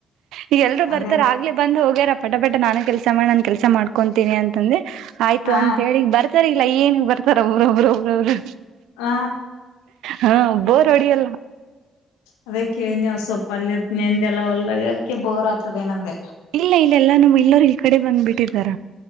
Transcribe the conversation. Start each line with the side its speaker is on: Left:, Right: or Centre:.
Right: ಈಗ ಎಲ್ರೂ
Left: ಅದೇ
Right: ಬರ್ತಾರ ಆಗ್ಲೇ ಬಂದ ಹೋಗ ಹಗಾರ ಪಟ ಪಟ್ಟ ನಾನು ಕೆಲ್ಸ ಮಾಡಿ ನಾನ್ ಕೆಸ ಮಾಡ್ಕೊಂತೀನಿ ಅಂತಂದ್ರೆ
Left: ಹಾ
Right: ಅಂತ ಹೇಳಿಗ್ ಬರ್ತಾರ ಇಲ್ಲಾ ಏನಗ್ ಬರ್ತಾರ ಒಬ್ರೊಬ್ ಒಬ್ರೊಬ್ರು
Left: ಆ
Right: ಹಾ ಒಬ್ಬೋರ್ ಅಡಿಯಲ್ಲ
Left: ಅದೇ ಕೇಳಿನಿವ್ ಸೊಪ್ಪಪ ಅಲ್ಲಿ ನೆಂದೆಲ್ಲ ಒಳ್ಳ ಅದಕ್ಕೆ ಬೋರ್ ಆತದೆಏನಂದ
Right: ಇಲ್ಲ ಇಲ್ಲ ಎಲ್ಲಾ ನಮ್ ಎಲ್ಲರು ಈ ಕಡೆ ಬಂದ್ಬಿಟ್ಟಿದಾರ